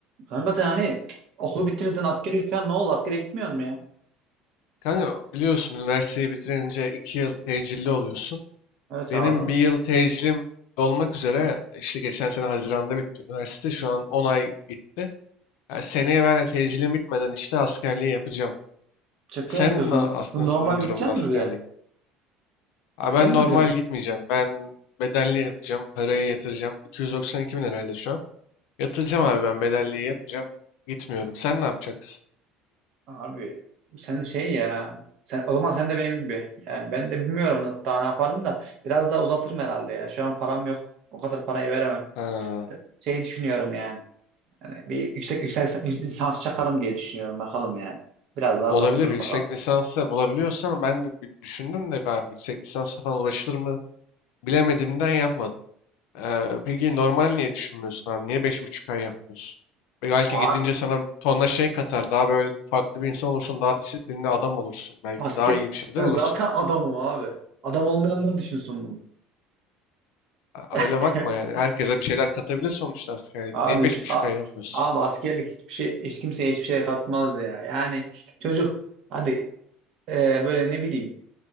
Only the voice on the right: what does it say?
Kanka sen hani okulu bitirdin askeri falan ne oldu? Askere gitmiyor mu ya?
Evet
abi.
Şaka
yapıyorsun.
Bu normal
gideceksin
mi bir de?
Gideceksin
mi bir de?
Abi sen şey ya. Sen, o zaman sen de benim gibi. Yani ben de bilmiyorum daha ne yaparım da. Biraz daha uzatırım herhalde ya. Şu an param yok. O kadar parayı veremem.
Şey düşünüyorum yani. Hani bir yüksek yüksek lisans çakarım diye düşünüyorum. Bakalım yani. Biraz daha
uzatırız
bakalım.
Abi
asker
ben
zaten adamım abi. Adam olmayanlar düşünsün bunu.
<laughs>
Abi
hiç
a-
abi askerlik hiçbir şey hiç kimseye hiçbir şey katmaz ya. Yani çocuk hadi e, böyle ne bileyim